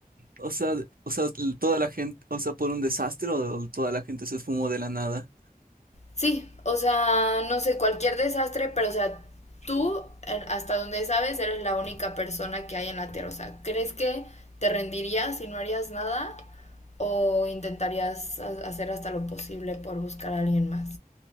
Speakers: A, on the right (about 65°); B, on the left (about 45°).
A: o sea, o sea, toda la gente, o sea, por un desastre o toda la gente se esfumó de la nada.
B: Sí, o sea, no sé, cualquier desastre, pero o sea, tú, eh, hasta donde sabes, eres la única persona que hay en la Tierra. O sea, ¿crees que te rendirías y no harías nada? ¿O intentarías ha- hacer hasta lo posible por buscar a alguien más?